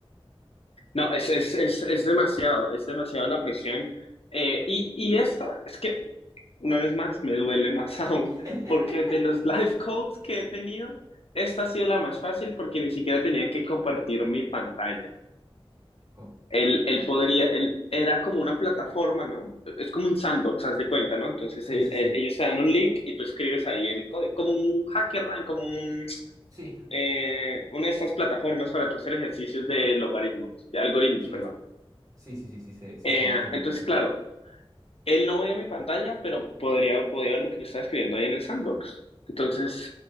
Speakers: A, on the left (about 75°); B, on the right (about 35°).
A: No, es, es, es, es demasiado, es demasiado la presión. Eh, y, y esta, es que Una vez más, me duele más <laughs> aún,
B: <laughs>
A: porque de los life codes que he tenido, esta ha sido la más fácil porque ni siquiera tenía que compartir mi pantalla.
B: Ok.
A: Él, él podría, él era como una plataforma, ¿no? Es como un sandbox, haz de cuenta, ¿no? Entonces
B: Sí,
A: eh,
B: sí,
A: eh,
B: sí.
A: ellos te dan un link y tú escribes ahí el código, como un hacker, ¿no? como un,
B: Sí,
A: eh, una de estas plataformas para tú hacer ejercicios de logaritmos, de algoritmos,
B: sí.
A: perdón.
B: Sí, sí, sí, sí, sé, sí
A: Eh,
B: sé de qué me
A: entonces,
B: hablas.
A: claro, Él no veía mi pantalla, pero podría, podía ver lo que yo estaba escribiendo ahí en el sandbox. Entonces,